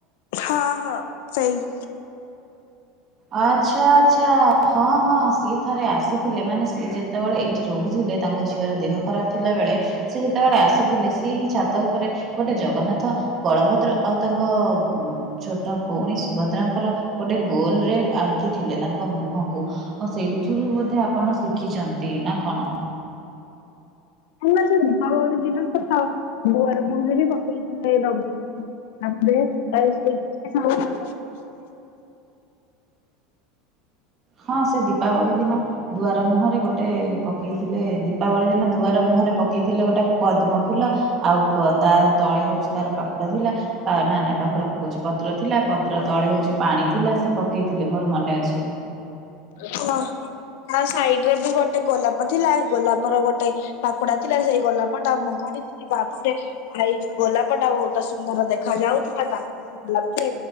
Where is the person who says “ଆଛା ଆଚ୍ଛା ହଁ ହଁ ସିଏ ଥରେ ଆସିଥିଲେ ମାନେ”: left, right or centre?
Right